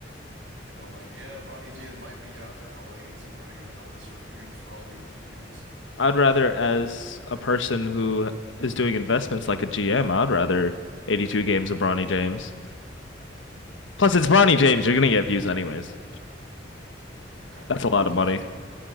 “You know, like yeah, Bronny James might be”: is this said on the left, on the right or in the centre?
Right